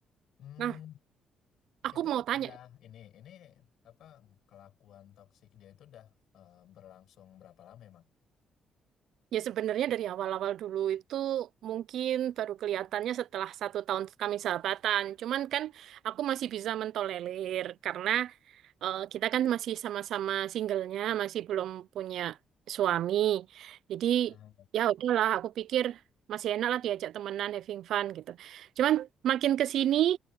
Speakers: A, on the left; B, on the right.
A: Hmm.
B: Nah, aku
A: Itu
B: mau tanya.
A: udah ini, ini apa kelakuan toksik dia itu udah eh, berlangsung berapa lama emang?
B: Ya sebenarnya dari awal-awal dulu itu mungkin baru kelihatannya setelah satu tahun kami sahabatan. Cuman kan aku masih bisa mentolerir karena eh, kita kan masih sama-sama singlenya, masih belum punya suami. Jadi
A: Ah,
B: ya udahlah, aku pikir masih enak lah diajak temenan having fun gitu. Cuman makin ke sini